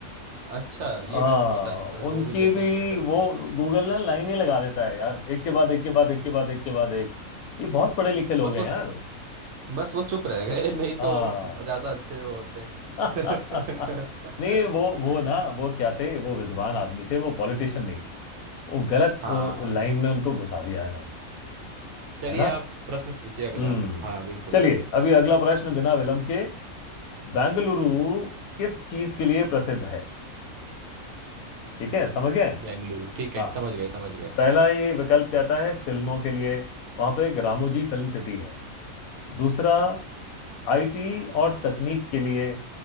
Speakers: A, on the right; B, on the left.
A: अच्छा ये
B: हाँ
A: मेरे को पता नहीं था
B: उनकी
A: वो भी देखेंगे
B: भी
A: चलिए
B: वो गूगल ना लाइन ही लगा देता है यार एक के बाद एक के बाद एक के बाद एक के बाद एक ये बहुत पढ़े लिखे लोग
A: बस
B: हैं
A: वो
B: यार
A: बस वो चुप रह गए नहीं तो
B: हाँ
A: ज्यादा अच्छे वो होते
B: <laughs>
A: <laughs>
B: नहीं वो वो ना वो क्या थे वो विद्वान आदमी थे वो पॉलिटिशियन नहीं थे वो गलत
A: हाँ
B: लाइन में उनको घुसा दिया है इन्होंने
A: चलिए
B: है ना
A: आप प्रश्न पूछिए अगला
B: हम्म
A: हाँ बिल्कुल
B: चलिए अभी अगला प्रश्न बिना विलंब के बेंगलुरु किस चीज के लिए प्रसिद्ध है ठीक है समझ गए
A: बेंगलुरु ठीक
B: हाँ
A: है समझ गए समझ गए
B: पहला ये विकल्प कहता है फिल्मों के लिए वहां पे एक रामोजी फिल्म सिटी है दूसरा आईटी और तकनीक के लिए